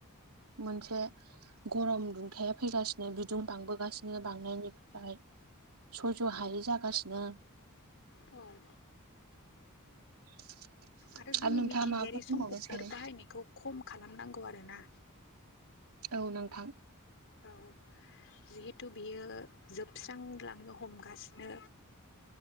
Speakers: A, on the right; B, on the left.
A: मोनसे गरम दुंथाया फैगासिनो बिदुं बांबोगासिनो बांनायनिफ्राय सयज' हायै जागासिनो
B: उम
A: <inaudible>
B: आरो जोङो
A: नोंथाङा
B: मिथिंगायारि
A: माबाफोर
B: सम्पदफोर
A: बुंबावनो सानो
B: बाहायनायखौ खम खालामनांगौ आरोना
A: औ नोंथां
B: औ जिहेथु बियो जोबस्रांलांनो हमगासिनो